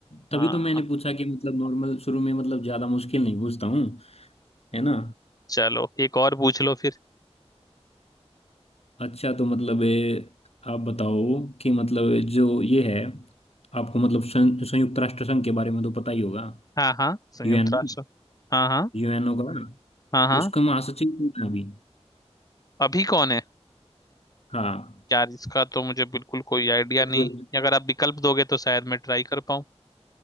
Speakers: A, on the left (about 65°); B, on the left (about 35°).
A: तभी
B: हाँ
A: तो मैंने पूछा कि मतलब नॉर्मल शुरू में मतलब ज्यादा मुश्किल नहीं पूछता हूँ है ना
B: चलो एक और पूछ लो फिर
A: अच्छा तो मतलब ए, आप बताओ कि मतलब जो ये है आपको मतलब सं, संयुक्त राष्ट्र संघ के बारे में तो पता ही होगा
B: हाँ हाँ संयुक्त
A: यूएन
B: राष्ट्र हाँ हाँ
A: यूएनओ का
B: हाँ
A: तो
B: हाँ
A: उसका महासचिव कौन है अभी
B: अभी कौन है
A: हाँ
B: यार इसका तो मुझे बिल्कुल कोई आइडिया
A: बिल्कुल
B: नहीं अगर आप विकल्प दोगे तो शायद मैं ट्राई कर पाऊँ